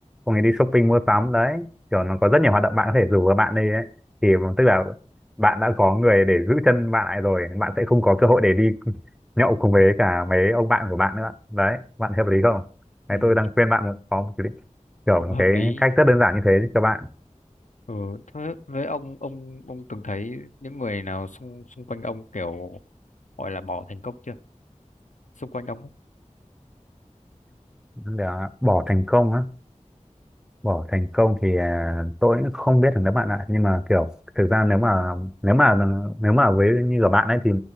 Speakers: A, in the centre; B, on the left.
A: xong rồi đi shopping
B: ừ,
A: mua sắm đấy, kiểu nó có rất nhiều hoạt động bạn có thể rủ vợ bạn đi ấy, thì tức là bạn đã có người để giữ chân bạn lại rồi, bạn sẽ không có cơ hội để đi <laughs> nhậu cùng với cả mấy ông bạn của bạn nữa, đấy, bạn thấy hợp lý không?
B: ừ,
A: Đấy, tôi đang khuyên bạn một có một kiểu
B: cũng
A: một
B: hợp
A: cái
B: lý
A: cách rất đơn giản như thế các bạn
B: ừ, thế với ông ông ông từng thấy những người nào xung xung quanh ông kiểu gọi là bỏ thành công chưa xung quanh ông ấy
A: để bỏ thành công á bỏ thành công thì à, tôi cũng không biết được các bạn ạ nhưng mà kiểu thực ra nếu mà nếu mà nếu mà với như của bạn ấy thì